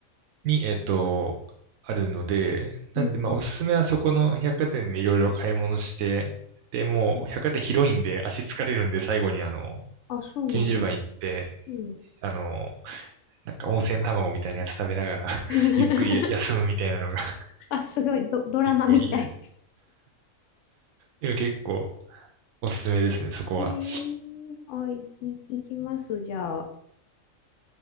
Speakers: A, on the right; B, on the left.
A: に、えっと、あるので、
B: うん。
A: なんで、まあ、おすすめはそこの百貨店でいろいろ買い物して、で、もう、
B: うん
A: 百貨店広いんで、足疲れるんで、最後に、あの、
B: あ、そうなの。
A: チンジルバン行って、
B: うん。
A: あの、なんか温泉卵みたいなやつ食べながら
B: <laughs>
A: <laughs> ゆっくり休むみたいなのが <laughs>
B: あ、すごい。ド、ドラマみたい。
A: 結構いいですね。いや、結構おすすめですね、そこは。
B: <laughs> えー、あ、い、い、いきます、じゃあ。